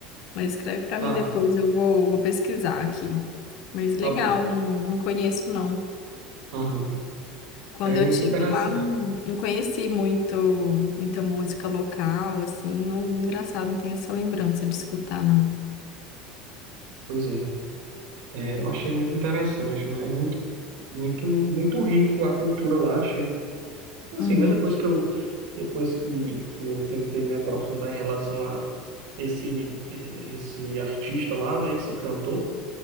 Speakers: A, on the left; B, on the right.
A: Mas escreve para
B: Tá,
A: mim depois, eu vou, vou pesquisar aqui. Mas legal,
B: tá bom.
A: não, não conheço não.
B: Aham.
A: Quando
B: É muito
A: eu tive
B: interessante.
A: lá, não, não conheci muito, muita música local, assim. Não, engraçado, não tenho essa lembrança de escutar, não.
B: Pois é. É, eu achei muito interessante, né? Muito, muito, muito rico a cultura lá, achei. Assim,
A: Uhum,
B: né? Depois que eu, depois que, que eu tentei me aprofundar em relação a esse, esse artista lá, né? Esse cantor,